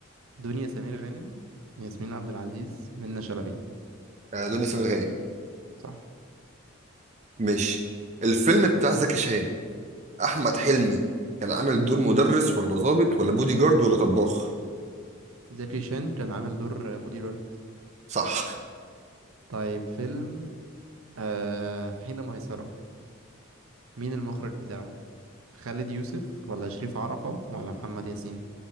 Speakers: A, on the right; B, on the right.
A: دنيا سمير غانم ياسمين عبد العزيز منة شلبي
B: آه، دنيا سمير غانم
A: صح
B: ماشي الفيلم بتاع زكي شان احمد حلمي كان عامل دور مدرس ولا ضابط ولا بودي جارد ولا طباخ
A: زكي شان كان عامل دور بودي جارد
B: صح
A: طيب فيلم آه حين ميسرة مين المخرج بتاعه؟ خالد يوسف ولا شريف عرفة ولا محمد ياسين؟